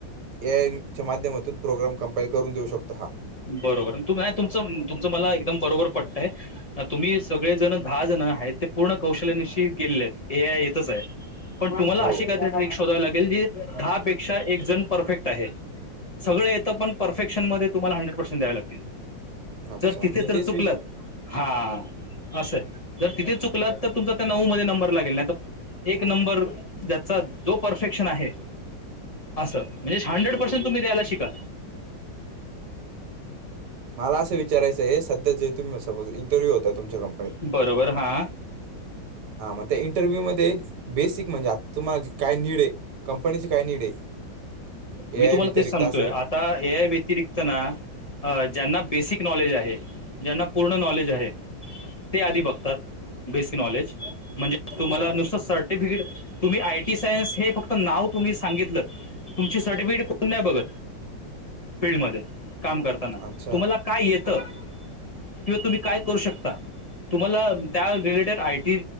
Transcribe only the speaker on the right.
ए आय च्या माध्यमातून प्रोग्राम कंपाइल करून देऊ शकतो. हा
हो.
अच्छा
मी
तेच
वि
मला असं विचारयं आहे. सध्या जे तुम्ही सपोज इंटरव्हू होता तमच्या काम
हा मग ते इंटरव्ह्यू मध्येच. बेसिक म्हणजे, आता तुम्हाला काय नीड आहे. कंपनीची काय नीड आहे. ए
आय व्यतिरिक्त
असं
अच्छा
अच्छा